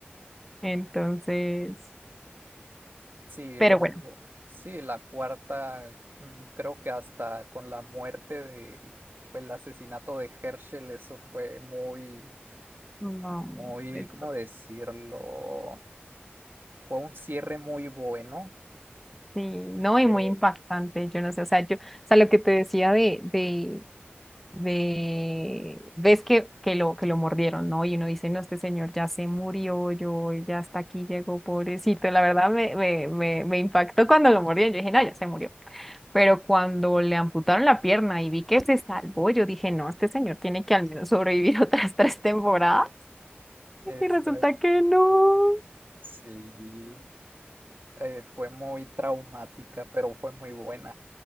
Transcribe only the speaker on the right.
Sí,
luego,
sí, la cuarta, mm, creo que hasta con la muerte de, fue el asesinato de Herschel, eso fue muy,
muy,
¿cómo decirlo? Fue un cierre muy bueno.
Fue,
es,
Sí, eh, fue muy traumática, pero fue muy buena.